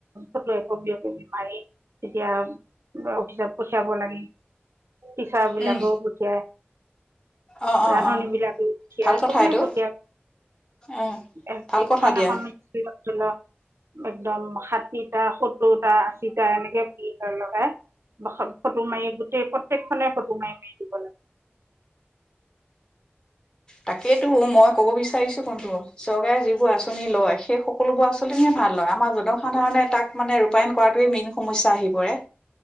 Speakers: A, on the right (about 90°); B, on the left (about 20°).
A: ফটো একপি কপি মাৰি তেতিয়া অফিচত পঠিয়াব লাগে পিখ বিলাকও
B: উম
A: পঠিয়াই
B: অ অ
A: ৰান্ধনী
B: অ
A: বিলাকো সেয়া
B: ভাল কথা
A: চবেই
B: এইটো
A: পঠিয়া
B: অ
A: এখন
B: ভাল কথা দিয়া
A: এখন একদম ষাঠিটা সত্তৰটা আশীটা এনেকে প লগাই ফটো মাৰি গোটেই প্ৰত্যেকখনে ফটো মাৰি মেল দিব লাগে
B: তাকেইেতো মই ক'ব বিচাৰিছো কোনটো চৰকাৰে তাকেইতো মই কব বিচাৰিছো কোনটো চৰকাৰে যিবোৰবোৰ আঁচনি লয় সেই সকলোবোৰ আঁচনিহে ভাল লয় আমাৰ জনসাধাৰণে তাক মানে ৰূপায়ণ কৰাটোৱে মেইন সমস্যা আহি পৰে